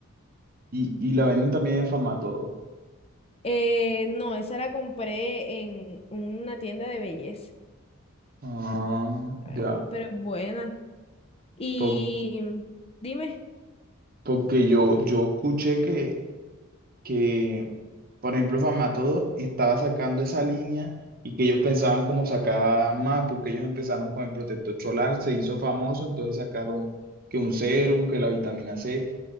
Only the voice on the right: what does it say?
y, y la venden también en Famatodo.
Ah,
ya,
por-
porque yo, yo escuché que que, por ejemplo, Famatodo estaba sacando esa línea y que ellos pensaban como sacar más, porque ellos empezaron con el protector solar, se hizo famoso, entonces sacaron que un serum, que la vitamina C